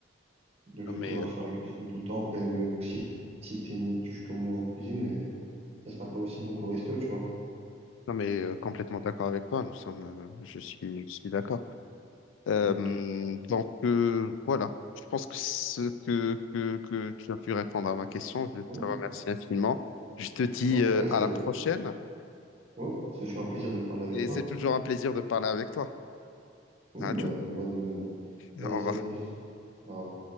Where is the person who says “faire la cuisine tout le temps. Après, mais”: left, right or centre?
Right